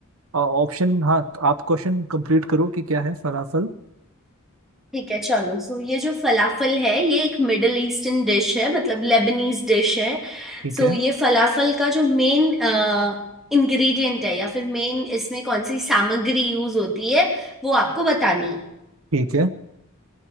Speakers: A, on the right; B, in the centre.
A: ऑप्शन हाँ आप क्वेश्चन कंप्लीट करो कि क्या है फलाफल
B: ठीक है चलो सो ये जो फलाफल है ये एक मिडल ईस्टर्न डिश है मतलब लेबनीज डिश है
A: ठीक
B: सो
A: है
B: ये फलाफल का जो मेन इंग्रेडिएंट है या फिर मेन इसमें कौन सी सामग्री यूज होती है वो आपको बतानी है
A: ठीक है